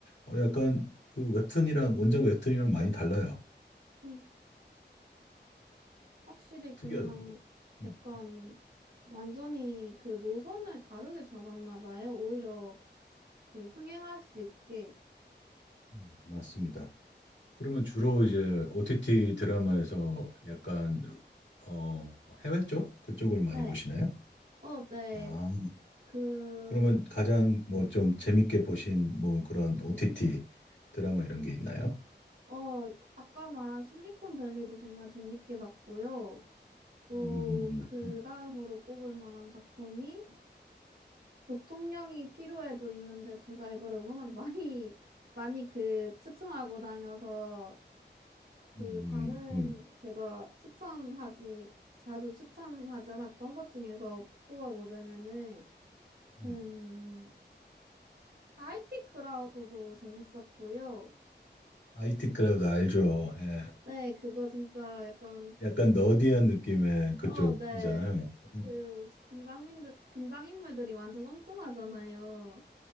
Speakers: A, on the left; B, on the right.
A: 어, 약간 그 웹툰이랑 원작 웹툰이랑 많이 달라요.
B: 음. 확실히 그냥
A: 특이하더라고요. 음,
B: 약간 완전히 그 노선을 다르게 잡았나 봐요. 오히려 그 흥행할 수 있게.
A: 음, 맞습니다. 그러면 주로 이제 OTT 드라마에서 약간 어, 해외 쪽? 그쪽을 많이
B: 네.
A: 보시나요?
B: 어, 네.
A: 아,
B: 그,
A: 그러면 가장 뭐 좀 재밌게 보신 뭐 그런 OTT 드라마 이런 게 있나요?
B: 어, 아까 말한 실리콘밸리도 정말 재밌게 봤고요. 또
A: 음,
B: 그
A: 음,
B: 다음으로 꼽을 만한 작품이 부통령이 필요해도 있는데 제가 이거를 워낙 많이, <laughs> 많이 그 추천하고 다녀서 그
A: 음,
B: 다른
A: 음,
B: 제가 추천하지 자주 추천하지 않았던 것 중에서 꼽아보자면은
A: 음.
B: 음 IT 크라우드도 재밌었고요.
A: IT 크라우드 알죠? 예.
B: 네, 그거 진짜 약간
A: 약간 너디한 느낌의 그쪽이잖아요.
B: 어, 네.
A: 음,
B: 그 등장인들 등장인물들이 완전 엉뚱하잖아요.